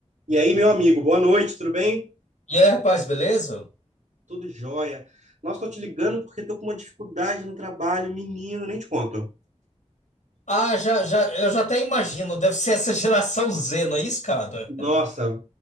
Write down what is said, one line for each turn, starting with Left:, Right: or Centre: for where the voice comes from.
Right: E aí, meu amigo, boa noite, tudo bem?
Left: E aí, rapaz, beleza?
Right: Tudo jóia. Nossa, tô te ligando porque tô com uma dificuldade no trabalho, menino, nem te conto.
Left: Ah, já, já, eu já até imagino, deve ser essa geração Z, não é isso, cara?
Right: Nossa,